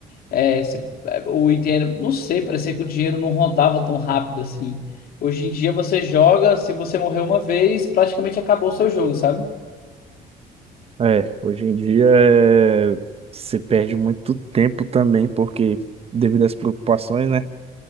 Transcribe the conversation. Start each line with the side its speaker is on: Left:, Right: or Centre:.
Left: É, se- é, o dinheiro, não sei, parecia que o dinheiro não rodava tão rápido assim. Hoje em dia você joga, se você morrer uma vez, praticamente acabou o seu jogo, sabe?
Right: É, hoje em dia é, se perde muito tempo também, porque devido às preocupações, né,